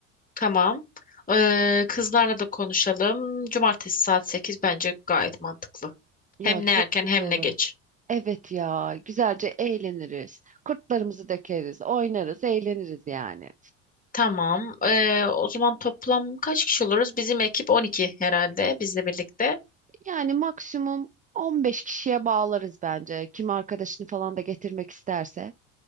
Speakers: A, on the left (about 20°); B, on the right (about 20°).
A: tamam. Ee, kızlarla da konuşalım. Cumartesi saat 8 bence gayet mantıklı.
B: Ya
A: Hem
B: çok
A: ne erken
B: güzel
A: hem
B: olur.
A: ne geç.
B: Evet ya, güzelce eğleniriz. Kurtlarımızı dökeriz, oynarız, eğleniriz yani.
A: Tamam. Ee, o zaman toplam kaç kişi oluruz? Bizim ekip 12 herhalde bizle birlikte.
B: Yani maksimum 15 kişiye bağlarız bence. Kim arkadaşını falan da getirmek isterse,